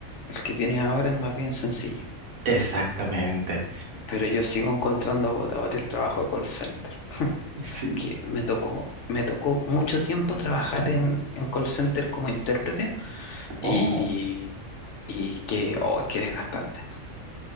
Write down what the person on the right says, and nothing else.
Exactamente.
Sí.
Oh.